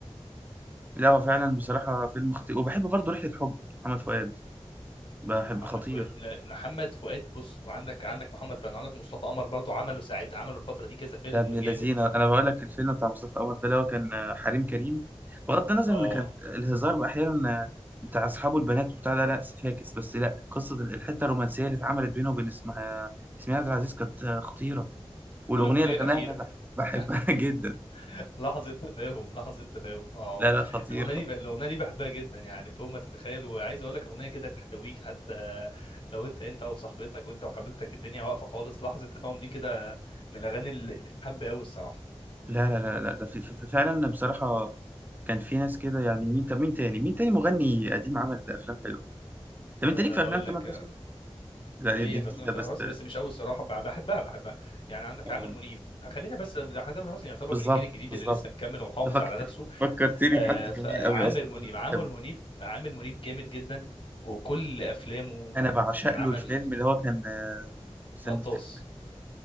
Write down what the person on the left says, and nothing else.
محمد
فؤاد لا محمد فؤاد بص وعندك عندك محمد فؤاد عندك مصطفى قمر برضو عملوا ساعات عملوا الفترة دي كذا فيلم
جامد
اه
والأغنية
الأخيرة
<laughs>
لحظة تفاهم لحظة تفاهم اه
الأغنية
دي ب- الأغنية دي بحبها جدا يعني فوق ما تتخيل وعايز أقول لك أغنية كده تحتويك حتى لو أنت أنت وصاحبتك وأنت وحبيبتك الدنيا واقفة خالص لحظة تفاهم دي كده من الأغاني اللي تتحب أوي الصراحة
أقول
لك
ليا
في
افلام تامر
حسني بس مش قوي الصراحه بح- بحبها بحبها يعني عندك
عامر منيب خلينا بس ده تامر حسني يعتبر
من الجيل الجديد
اللي لسه مكمل ومحافظ
على
نفسه
آه،
فعامر
منيب
عامر
منيب عامر منيب جامد جدا وكل افلامه
كان عمل
غطاس